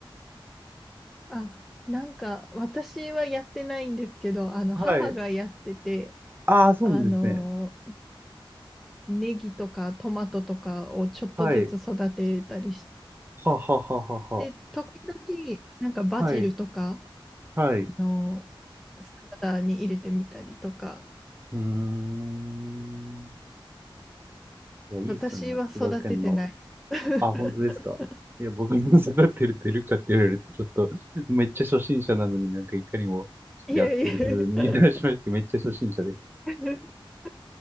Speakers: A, in the centre; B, on the right.
A: あ、なんか私はやってないんですけど、あの母がやってて、
B: はい。ああ、そうなんですね。
A: あの、ネギとかトマトとかをちょっとずつ育てたりして、
B: はい。はあはあはあは
A: で時々、なんかバジルとか、
B: あはあ。はい。はい。う
A: あの、サラダに入れてみたりとか、
B: ーん。いや、いいっすよね。
A: 私は育ててない。
B: なんか育てんの。
A: <laughs>
B: あ、本当ですか。いや、僕の育ってるてるかって言われると、ちょっと、めっちゃ初心者なのになんかいかにもやってる風にいらっしゃいまして、
A: いやいや
B: めっちゃ初心者です。
A: <laughs>